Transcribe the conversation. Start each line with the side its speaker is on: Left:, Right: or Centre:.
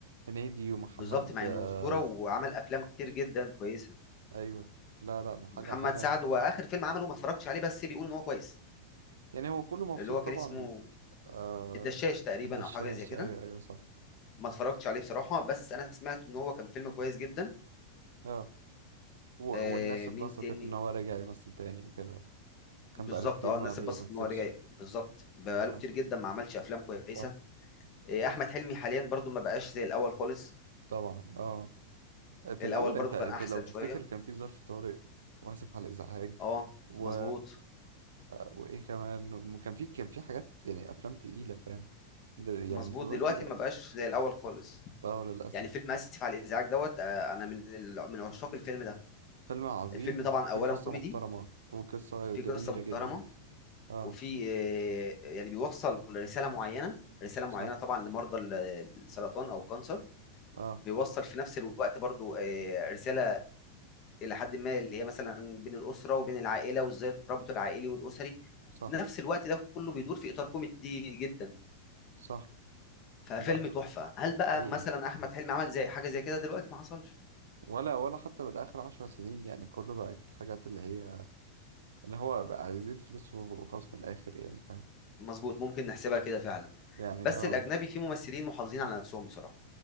Right: هنيدي ومحمد
Left: بالظبط مع
Right: آه
Left: انه اسطوره وعمل افلام كتير جدا كويسه
Right: ايوه لا لا حاجة
Left: محمد
Right: حاجة
Left: سعد هو اخر فيلم عمله ما اتفرجتش عليه بس بيقولوا ان هو كويس
Right: يعني هو كله مبسوط
Left: اللي هو كان
Right: طبعا
Left: اسمه
Right: آه
Left: الدشاش تقريبا
Right: الدشاش
Left: او حاجه زي كده
Right: ايوه ايوه صح
Left: ما اتفرجتش عليه بصراحه بس انا سمعت ان هو كان فيلم كويس جدا
Right: اه و... والناس
Left: آه
Right: اتبسطت
Left: مين تاني
Right: ان هو رجع يمثل تاني وكده كان
Left: بالظبط
Right: بقاله كتير
Left: اه الناس
Right: ما بيمثلش
Left: اتبسطت ان هو رجع بالظبط بقاله
Right: اه
Left: كتير جدا ما عملش افلام كويسه
Right: طب
Left: آه احمد حلمي حاليا برضو ما بقاش زي الاول خالص
Right: طبعا اه في
Left: الاول
Right: الاول
Left: برضو
Right: انت انت
Left: كان احسن
Right: لو تفتكر
Left: شويه
Right: كان في ظرف طارئ واسف على الازعاج
Left: اه
Right: و...
Left: مظبوط
Right: وايه كمان كان في كان في حاجات يعني افلام تقيلة فاهم دل... يعني
Left: مظبوط
Right: دلوقتي
Left: دلوقتي
Right: بقى
Left: ما بقاش زي الاول خالص
Right: اه للاسف
Left: يعني فيلم اسف على الازعاج دوت آه، انا من ال- من عشاق الفيلم ده
Right: فيلم عظيم
Left: الفيلم طبعا
Right: وفي
Left: اولا
Right: قصة
Left: كوميدي
Right: محترمة وقصة
Left: في
Right: جميلة
Left: قصه محترمه
Right: جدا اه
Left: وفي آه، يعني بيوصل رساله معينه رساله معينه
Right: صح
Left: طبعا لمرضى ال- السرطان او الكانسر
Right: اه
Left: بيوصل في نفس الوقت برضو آه، رساله الى حد ما اللي هي مثلا بين الاسره وبين العائله وازاي الترابط العائلي والاسري وفي
Right: صح
Left: نفس الوقت ده كله بيدور في اطار كوميدي جدا
Right: صح
Left: ففيلم
Right: ده
Left: تحفه هل بقى
Right: حقيقي
Left: مثلا احمد حلمي عمل زي حاجه زي كده دلوقتي ما حصلش
Right: ولا ولا حتى بالآخر عشر سنين يعني كله بقت حاجات اللي هي اللي هو بقى عايزين فلوس وخلاص من الآخر يعني فاهم
Left: مظبوط ممكن نحسبها كده فعلا
Right: يعني
Left: بس
Right: اه
Left: الاجنبي فيه ممثلين محافظين على نفسهم بصراحه